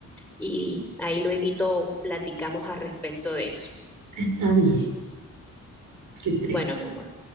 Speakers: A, in the centre; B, on the right.
A: y ahí luego platicamos al respecto de eso.
B: Está bien. Qué triste.
A: Bueno, mi amor.